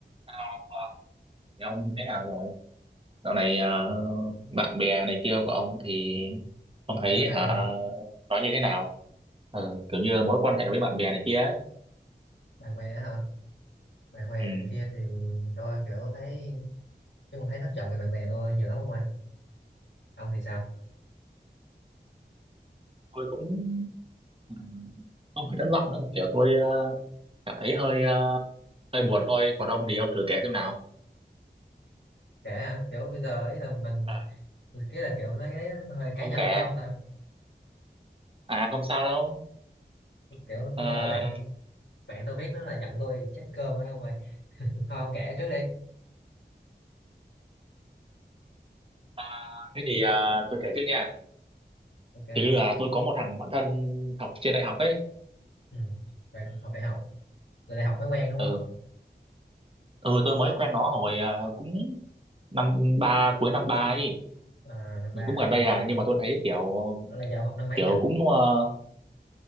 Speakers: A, on the right; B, on the left.
A: Hello, Ờ, Thì ông thế nào rồi? Dạo này ờ, bạn bè này kia của ông thì ông thấy
B: Dạo này
A: hả
B: hả?
A: nói như thế nào? Ờ, kiểu như là mối quan hệ với bạn bè này kia ấy.
B: Bạn bè á hả? Bạn bè
A: Ừ.
B: này kia thì tôi kiểu thấy chung thấy thất vọng về bạn bè tôi nhiều lắm ông ơi. Ông thì sao?
A: Tôi cũng ừ, không phải thất vọng đâu, kiểu tôi ờ, cảm thấy hơi ờ, hơi buồn thôi. Còn ông thì ông thử kể xem nào.
B: Kể hả? Kiểu bây giờ ý là mình
A: À,
B: cái là kiểu nói cái đấy nó hơi
A: ông
B: cá nhân
A: kể
B: quá ông ta.
A: à không sao đâu.
B: Kiểu
A: Ờ,
B: bữa lỡ bạn bạn tôi biết nó là giận tôi chết cơm á ông ơi. Thôi ông kể trước đi.
A: à, thế thì ờ, tôi kể trước nha.
B: Ok không?
A: Kiểu như là tôi có một thằng bạn thân học trên đại học ấy.
B: Ừ. Bạn học đại học. Là đại học mới quen đúng
A: Ừ.
B: không?
A: ừ tôi mới quen nó hồi à, cũng năm ba cuối năm ba ấy
B: À, năm
A: Ừ,
B: ba
A: cũng gần
B: năm
A: đây
B: ba mới
A: à
B: quen.
A: nhưng mà tôi thấy kiểu
B: Đó là giờ ông học năm mấy
A: kiểu
B: nhỉ?
A: cũng ờ,